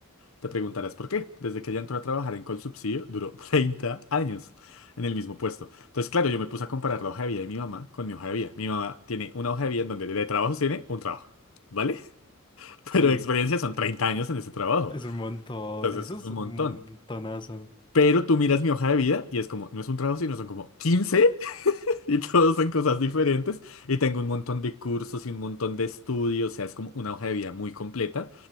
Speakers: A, on the left (about 75°); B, on the left (about 20°).
A: Te preguntarás por qué. Desde que ella entró a trabajar en Colsubsidio, duró <laughs> 30 años en el mismo puesto. Entonces, claro, yo me puse a comparar la hoja de vida de mi mamá con mi hoja de vida. Mi mamá tiene una hoja de vida en donde de trabajo tiene un trabajo, ¿vale? <laughs>
B: Sí,
A: Pero de experiencia son 30 años en ese trabajo.
B: es un montón,
A: Entonces,
B: eso
A: es
B: es
A: un
B: un
A: montón.
B: montonazo.
A: Pero tú miras mi hoja de vida y es como, no es un trabajo, sino son como 15 y todos son cosas diferentes. Y tengo un montón de cursos y un montón de estudios. O sea, es como una hoja de vida muy completa.